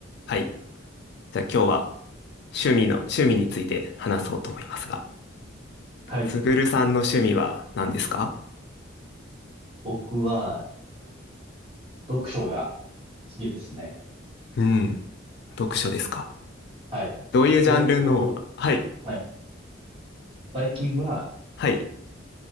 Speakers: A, on the left; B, on the right.
A: はい。じゃあ今日は趣味の、趣味について話そうと思いますが、
B: はい。
A: すぐるさんの趣味は何ですか
B: 僕は読書が好きですね。
A: うん。読書ですか
B: はい。
A: どういうジャンルの、
B: ちょうど、
A: はい、
B: はい。最近は、
A: はい、